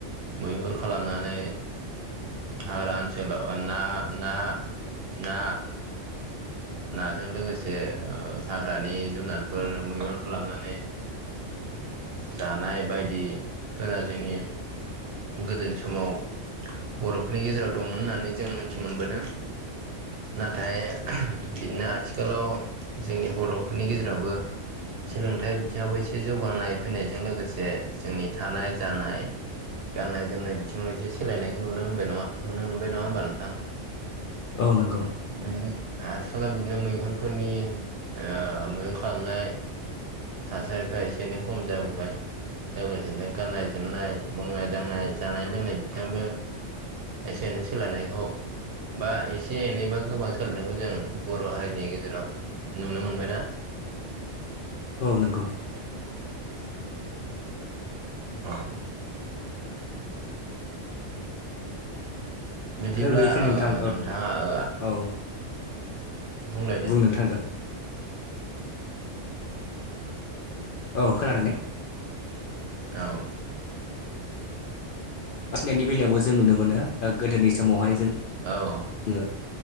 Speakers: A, on the right; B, on the left.
A: मैहुर खालामनानै हाग्रा ओनसोलाव ना ना ना नाजों लोगोसे ओ हाग्रानि जुनारफोर मैहुर खालामनानै जानाय बायदिफोरा जोंनि गोदोनि समाव बर'फोरनि गेजेराव दंमोन होननानै जों मिथि मोनबोदों नाथाय बिदिनो आथिखालाव जोंनि बर'फोरनि गेजेरावबो सोलोंथाइ बिथिङावबो एसे जौगानाय फैनायजों लोगोसे जोंनि थानाय जानाय गाननाय जोमनाय बिथिङाव एसे सोलायनायखौ नुनो मोनबाय नङा नुनो मोनबाय नङा होमबा नोंथां
B: औ नंगौ
A: बिदिनो आथिखालाव बिदिनो मैहुरफोरनि मैगुर खालामनाय थासारिफ्रा एसे एनै खम जाबोबाय लोगोसेनो गाननाय जोमनाय मावनाय दांनाय जानाय लोंनाय बिथिंबो एसे एनै सोलायनायखौ बा एसे एनैबा गोबां सोलायनायखौ जों बर' हारिनि गेजेराव नुनो मोनबायना
B: औ नंगौ
A: <inaudible> औ बिदिब्ला
B: आरो बेनिफ्राय
A: ओ
B: नोंथां
A: नोंथाङा ओ
B: औ
A: बुंलाय दे
B: बुंनो थांगोन औ खोनादों ने
A: औ
B: फिनायनि बेलायावबो जों नुनो मोनो गोदोनि समावहाय जों
A: औ
B: जो